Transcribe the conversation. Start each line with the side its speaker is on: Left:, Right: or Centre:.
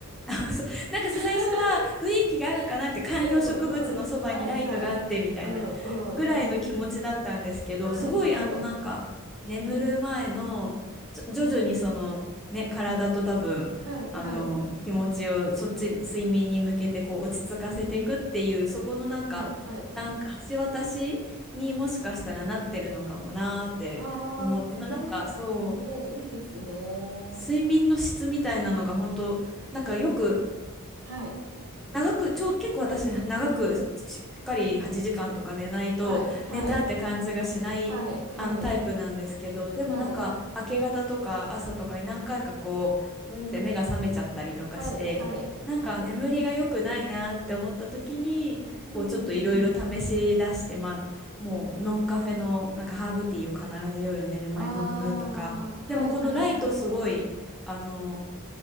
Centre: <laughs> そう、なんかそう最初は雰囲気があるかなみたいな観葉植物のそばにライトがあってみたいな
Right: <laughs> うんうん。はいはい。うんうんうん。
Centre: ぐらいの気持ちだったんですけどすごいあのなんか眠る前のちょ徐々にそのね体と多分あの気持ちをそっちに睡眠に向けてこう落ち着かせていくっていうそこのなんかなんか橋渡しにもしかしたらなってるのかもなーって思ってまあなんかそう
Right: はい、はい、はい、はい、うん。はい、はい。ああ、それ、ね、いいですね。
Centre: 睡眠の質みたいなのが本当なんかよく
Right: はい、
Centre: 長く、ちょ、結構私、長くし、しっかり8時間とか寝ないと、
Right: はい、はい、
Centre: 寝たって感じがしない、
Right: はい、はい、
Centre: あのタイプなんですけど、でもなんか、
Right: はい、
Centre: 明け方とか朝とかに何回かこう、うんって目が覚めちゃったりとかして、
Right: はい、はい、
Centre: なんか眠りが良くないなって思った時に、
Right: はい。うんう
Centre: こう、ちょっといろいろ試し出して、
Right: んうん。
Centre: まあ、もう、ノンカフェの、なんかハーブティーを必ず夜寝る前に飲むとか、
Right: ああ、はい、
Centre: でもこのライトすごい、
Right: はい、はい、はい。
Centre: あの、